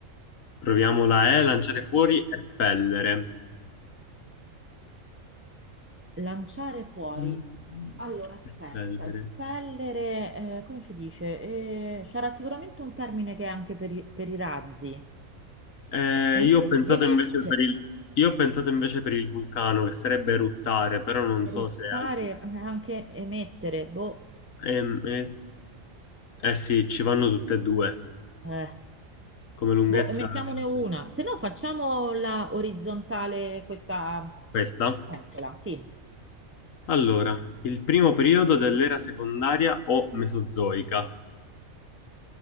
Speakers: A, on the left (about 75°); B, on the right (about 20°).
A: Proviamo la E, lanciare fuori, espellere.
B: Lanciare fuori.
A: Mm,
B: Allora, aspetta,
A: Espellere.
B: espellere, eh, come si dice? Eh, c'era sicuramente un termine che è anche per i, per i razzi.
A: Eh,
B: Eme-
A: io ho pensato
B: emettere,
A: invece per il, io ho pensato invece per il vulcano, che sarebbe eruttare, però non
B: eruttare,
A: so se anche...
B: eh, anche emettere. Boh,
A: Ehm, eh eh eh sì, ci vanno tutte e due,
B: eh,
A: come lunghezza
B: boh, emettiamone
A: sarebbe
B: una. Se no, facciamo la orizzontale, questa...
A: questa.
B: Eccola, sì.
A: Allora, il primo periodo dell'era secondaria o mesozoica.